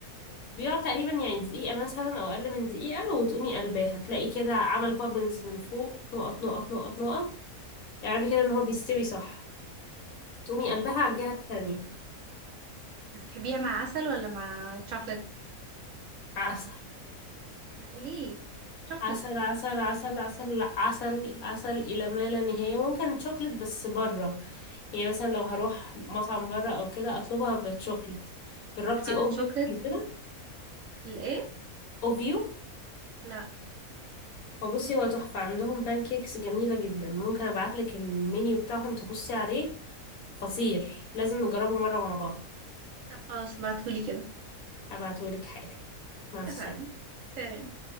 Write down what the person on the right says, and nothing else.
بس تحبيها مع عسل ولا مع شوكليت
لا إيه ليه شوكليت
بحب اعمل
شوكليت
الايه
لا
طب خلاص ابعتهولي كده
اتفقنا سلام